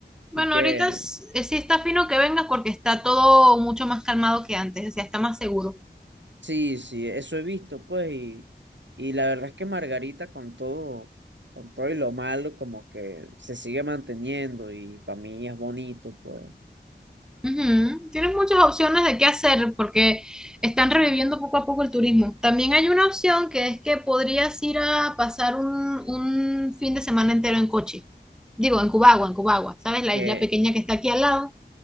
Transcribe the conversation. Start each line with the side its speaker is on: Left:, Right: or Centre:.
Centre: Bueno,
Right: Y que
Centre: ahorita s- eh, sí está fino que vengas porque está todo mucho más calmado que antes, o sea, está más seguro.
Right: Sí, sí, eso he visto, pues, y, y la verdad es que Margarita con todo, con todo y lo malo, como que se sigue manteniendo y para mí es bonito, pues,
Centre: Ujú. Tienes muchas opciones de qué hacer porque están reviviendo poco a poco el turismo. También hay una opción que es que podrías ir a pasar un, un fin de semana entero en coche. Digo, en Cubagua, en Cubagua, ¿sabes? La
Right: que,
Centre: isla pequeña que está aquí al lado.